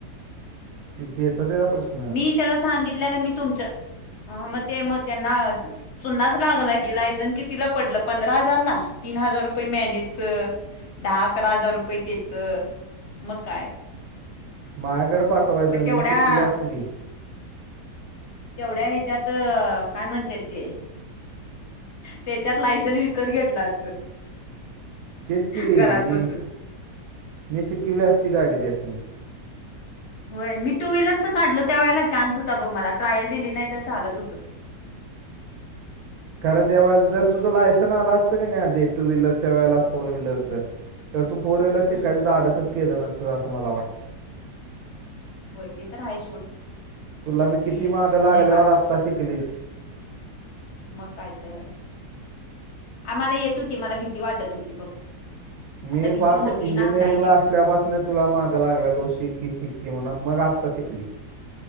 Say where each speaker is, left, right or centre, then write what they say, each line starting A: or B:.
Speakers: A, on the right; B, on the left.
A: देचा तेचा त्याचा प्रश्न.
B: मी त्याला सांगितलेलं मी तुमच हा मग ते मग त्यांना आ चुनाच लागला की लायसन कितीला पडलं पंधरा हजार ला तीन हजार रुपये मॅनेजच दहा अकरा हजार रुपये तेच, मग काय.
A: मायाकडे पाठवायचं
B: मग तेवढ्या
A: मी शिकिवलं असतं की.
B: तेवढ्या ह्याच्यात काय म्हणत्यात ते. त्याच्यात लायसनी विकत घेतलं असत.
A: तेच की
B: घरात
A: मी,
B: बसून
A: मी शिकवली असती गाडी त्यासनी
B: होय मी टू व्हीलरच काढलं त्या वेळेला चान्स होता बघ मला ट्रायल दिली नाही तर चालत हुतं.
A: खर ज्या वेळेला जर तुझं लायसनस आला असतं कनी आधी टू व्हीलरच्या वेळेला फोर व्हीलरचं खरं तू फोर व्हीलर
B: हम्म
A: शिकायचं धाडसच केलं नसतं असं मला वाटतंय
B: होय ते तर हाय सोड.
A: तुला मी किती
B: हे
A: मागं
B: आता
A: लागल्यावर
B: नाही बा
A: आत्ता शिकलीस.
B: मग काय तर. आम्हाला येत होती मला भीती वाटत होती फक्त
A: मी
B: आता भीती
A: पाक
B: मोडली
A: इंजिनिअरिंगला
B: ना डायरेक्ट
A: असल्यापासून मीन तुला मागं लागलेलो शिक्की शिक्की म्हणा मग आत्ता शिकलीस